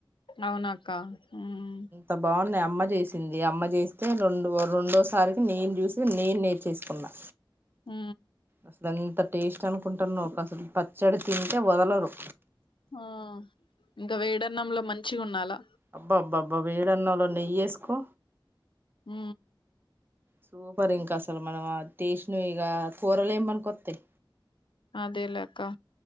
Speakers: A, on the left; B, on the right.
A: అవునక్క ఉమ్
B: ఆ బావున్నా అమ్మ చేసింది అమ్మ చేస్తే రెండు రెండోసారికి నేను చూసి నేను నేర్చేసుకున్నా
A: హ
B: అసలు ఎంత టేస్ట్ అనుకుంటున్నావు అసలు పచ్చడి తింటే వదలరు
A: ఆ ఇంకా వేడన్నంలో మంచిగా ఉండాలా
B: అబ్బా అబ్బా అబ్బా వేడన్నాలో నెయ్యేసుకో
A: హ
B: సూపర్ ఇంకా అసలు మనం టేస్ ను ఇక కూరలు ఏమనుకొస్తాయి
A: అదేలా అక్క